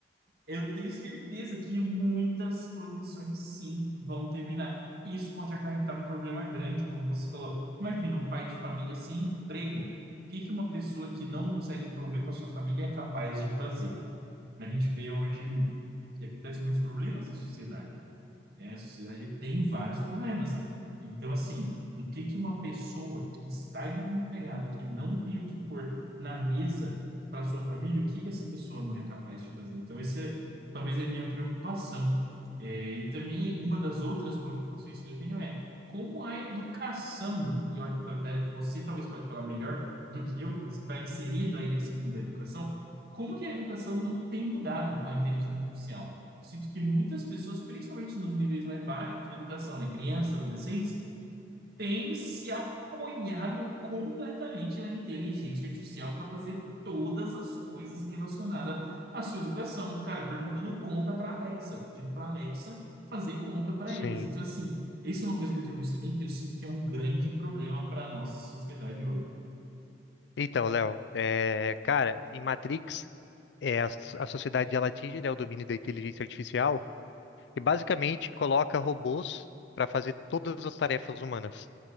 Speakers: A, on the right; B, on the left.
A: eu tenho certeza que muitas profissões sim vão terminar. E isso pode acarretar um problema grande, como você falou. Imagina um pai de família sem emprego. O que que uma pessoa que não consegue prover para sua família é capaz de fazer? A gente vê hoje que acontece muitos problemas na sociedade né? A sociedade tem vários problemas. Então, assim, o que que uma pessoa que está desempregada, que não tem o que pôr na mesa para sua família, o que que essa pessoa não é capaz de fazer? Então, essa é, talvez é a minha preocupação. É, e também uma das outras preocupações que eu tenho é como a educação, né? e eu acho que até você talvez pode falar melhor do que eu, que você está inserido aí nesse mundo da educação, como que a educação não tem mudado com a inteligência artificial? sinto que muitas pessoas, principalmente nos níveis mais baixos de educação, né, crianças, adolescentes, têm se apoiado completamente na inteligência artificial para fazer todas as coisas relacionadas à sua educação. Cara, perguntando conta para Alexa, pedindo para Alexa fazer conta para
B: sim.
A: eles. Então, assim, isso é uma coisa que eu tenho visto também que eu sinto que é um grande problema para a nossa sociedade hoje.
B: Então, Léo, é, cara, em Matrix, é, a, a sociedade ela atinge, né, o domínio da inteligência artificial e basicamente coloca robôs pra fazer todas as tarefas humanas.